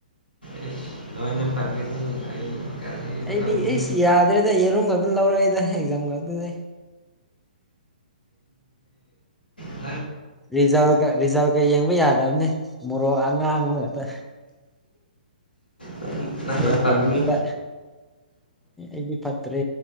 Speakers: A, on the left; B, in the centre.
A: ꯑꯦ ꯅꯣꯏꯅ ꯐꯠꯒꯦꯁꯤ ꯑꯩ ꯀꯔꯤꯁꯨ
B: ꯑꯩꯗꯤ
A: ꯈꯪꯗꯦ
B: ꯑꯩꯁꯤ ꯌꯥꯗ꯭ꯔꯦꯗ ꯌꯦꯔꯨꯝ ꯈꯛꯇ ꯂꯧꯔꯛꯏꯗ ꯑꯦꯛꯖꯥꯝ ꯂꯥꯛꯗꯏ
A: ꯏ
B: ꯔꯤꯖꯜꯀ ꯔꯤꯖꯜꯀ ꯌꯦꯡꯕ ꯌꯥꯗꯕꯅꯦ ꯃꯣꯔꯣꯛ ꯑꯉꯥꯡꯕ ꯉꯥꯛꯇ
A: ꯅꯪ ꯅꯪꯅ
B: ꯔꯦ
A: ꯐꯒꯅꯤ
B: ꯄꯦꯄꯥ ꯏꯗꯤ ꯐꯠꯇꯦ